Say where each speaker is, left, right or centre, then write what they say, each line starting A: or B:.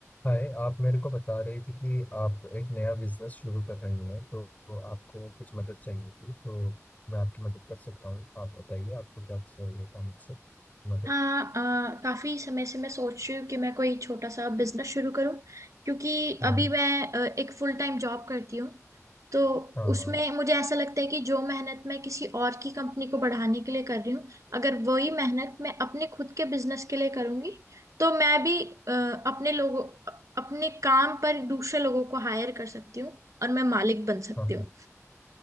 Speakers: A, on the left; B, on the right.
A: हाय आप मेरे को बता रही थी कि आप एक नया बिजनेस शुरू कर रही हैं तो आपको कुछ मदद चाहिए थी तो मैं आपकी मदद कर सकता हूँ आप बताइए आपको क्या चाहिए था मुझसे मदद
B: हाँ अ, काफी समय से मैं सोच रही हूँ कि मैं कोई छोटा सा बिजनेस शुरू करूँ क्योंकि
A: हाँ
B: अभी मैं अ, एक फुल टाइम जॉब करती हूँ तो
A: हाँ
B: उसमें
A: हाँ
B: मुझे ऐसा लगता है कि जो मेहनत मैं किसी और की कंपनी को बढ़ाने के लिए कर रही हूँ अगर वही मेहनत मैं अपने खुद के बिजनेस के लिए करूँगी तो मैं भी अ, अपने लोगों अपने काम पर दूसरे लोगों को हायर कर सकती हूँ और मैं मालिक बन सकती
A: हाँ
B: हूँ